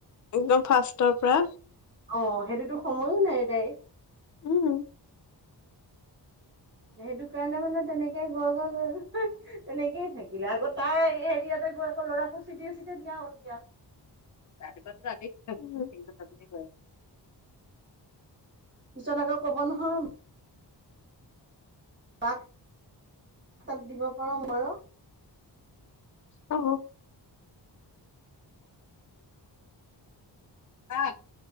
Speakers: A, on the left (about 45°); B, on the right (about 25°).
A: একদম ফাৰ্ষ্টৰ পৰা
B: অ সেইটোতো সময়ো নাই তাইৰ
A: উম
B: সেইটো কাৰণে মানে তেনেকে গৈ-গৈ-গৈ তেনেকেই থাক কিলে আকৌ তাই হেৰিয়াতে গৈ আকৌ ল'ৰাকো চি বি চিতে দিয়া হল এতিয়া
A: <unintelligible>
B: পিছত আকৌ ক'ব নহয়। বাক তাত দিব পাৰ মোক নোৱাৰ।
A: অ। কাক,